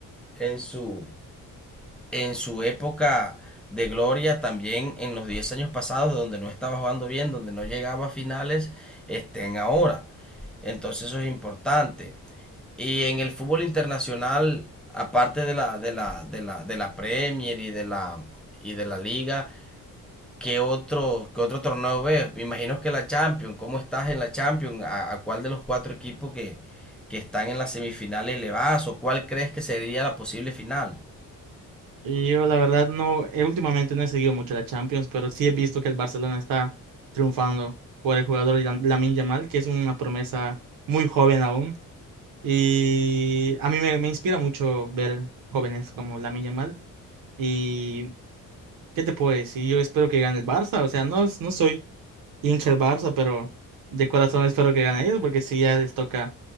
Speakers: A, in the centre; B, on the right.
A: en su, en su época de gloria, también en los 10 años pasados, donde no estaba jugando bien, donde no llegaba a finales, estén ahora. Entonces, eso es importante. Y en el fútbol internacional, aparte de la, de la, de la, de la Premier y de la, y de la Liga, ¿qué otro, qué otro torneo ves? Me imagino que la Champions, ¿cómo estás en la Champions? ¿A, a cuál de los cuatro equipos que, que están en las semifinales le vas? ¿O cuál crees que sería la posible final?
B: Y yo, la verdad, no, eh, últimamente no he seguido mucho la Champions, pero sí he visto que el Barcelona está triunfando por el jugador Lam- Lamine Yamal, que es una promesa muy joven aún. Y a mí me, me inspira mucho ver jóvenes como Lamine Yamal. Y, ¿qué te puedo decir? Yo espero que gane el Barça, o sea, no, no soy hincha el Barça, pero de corazón espero que gane ellos, porque sí ya les toca,